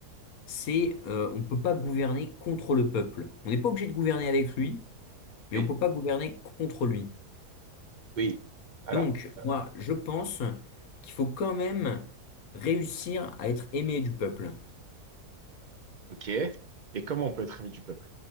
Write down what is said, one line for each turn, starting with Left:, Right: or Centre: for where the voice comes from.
Left: c'est euh, on peut pas gouverner contre le peuple. On n'est pas obligé de gouverner avec lui, mais
Right: oui,
Left: on peut pas gouverner contre lui.
Right: oui. Alors,
Left: Donc,
Right: euh,
Left: moi, je pense qu'il faut quand même réussir à être aimé du peuple.
Right: Ok. Et comment on peut être ami du peuple?